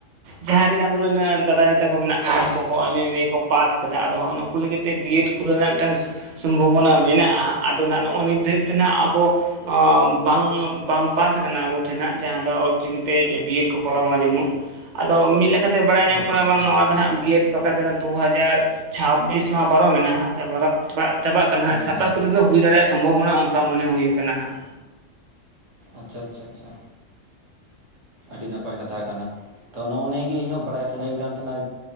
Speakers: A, on the right; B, on the right.
A: ᱡᱟᱦᱟᱸᱭ ᱨᱤᱱ ᱟᱵᱚᱨ ᱨᱤᱱ ᱫᱟᱫᱟ ᱫᱤᱫᱤ ᱛᱟ ᱠᱚ ᱢᱮᱱᱟᱜ ᱠᱚᱣᱟ ᱩᱱᱠᱩ ᱠᱚ ᱮᱢ ᱮ ᱠᱤ ᱮ ᱠᱚ ᱯᱟᱥ ᱠᱟᱫᱟ ᱟᱫᱚ ᱦᱚᱸᱜ ᱱᱩᱠᱩ ᱞᱟᱹᱜᱤᱫ ᱛᱮ ᱵᱤᱭᱮᱰ ᱠᱷᱩᱞᱟᱹᱣ ᱨᱮᱱᱟᱜ ᱢᱤᱫᱴᱟᱝ ᱥᱚᱢᱵᱷᱚᱵᱚᱱᱟ ᱢᱮᱱᱟᱜᱼᱟ ᱟᱫᱚ ᱱᱟᱜ ᱱᱚᱼᱚᱜ ᱱᱤᱛ ᱫᱷᱟᱹᱨᱤᱡ ᱛᱮ ᱱᱟᱜ ᱟᱵᱚ ᱚᱸᱻ ᱵᱟᱝ ᱵᱟᱝ ᱯᱟᱥ ᱠᱟᱱᱟ ᱟᱵᱚ ᱴᱷᱮᱱᱟᱜ ᱡᱟᱦᱟᱸ ᱫᱚ ᱚᱞᱪᱤᱠᱤᱛᱮ ᱵᱤᱮᱰ ᱠᱚ ᱠᱚᱨᱟᱣ ᱢᱟ ᱡᱮᱢᱚᱱ ᱟᱫᱚ ᱢᱤᱫᱞᱟᱠ ᱤᱱᱟᱛᱮ ᱵᱟᱲᱟᱭ ᱧᱟᱢᱚᱜ
B: ᱟᱪᱪᱷᱟ
A: ᱠᱟᱱᱟ
B: ᱟᱪᱪᱷᱟ
A: ᱵᱟᱝ ᱱᱚᱣᱟ
B: ᱦᱮᱸ
A: ᱫᱚ ᱱᱟᱦᱟᱜ ᱵᱤᱭᱮᱰ ᱫᱚ ᱱᱚᱛᱮᱱᱟᱜ ᱫᱩ ᱦᱟᱟᱡᱟᱨ ᱪᱷᱟᱵᱤᱥ ᱢᱟ ᱯᱟᱨᱚᱢ ᱮᱱᱟ ᱦᱟᱸᱜ <unintelligible> ᱯᱟᱜ ᱪᱟᱵᱟᱜ ᱠᱟᱱᱟ
B: ᱦᱮᱸ
A: ᱦᱟᱸᱜ ᱥᱟᱛᱯᱟᱥ
B: ᱦᱮᱸ
A: ᱠᱚᱛᱮ ᱫᱚ ᱦᱩᱭ ᱫᱟᱲᱮᱭᱟᱜ ᱥᱚᱢᱵᱷᱚᱵᱚᱱᱟ ᱚᱱᱠᱟ ᱢᱚᱱᱮ ᱦᱩᱭᱟ ᱠᱟᱱᱟ ᱦᱟᱸᱜ
B: ᱟᱪᱪᱷᱟ ᱟᱪᱪᱷᱟ ᱟᱪᱪᱷᱟ ᱟᱹᱰᱤ ᱱᱟᱯᱟᱭ ᱠᱟᱛᱷᱟ ᱠᱟᱱᱟ᱾ ᱛᱚ ᱱᱚᱜᱼᱚ ᱱᱤᱭᱟ. ᱜᱮ ᱤᱧᱦᱚᱸ ᱵᱟᱲᱟᱭ ᱥᱟᱱᱟᱧ ᱠᱟᱱ ᱛᱟᱦᱮᱱᱟ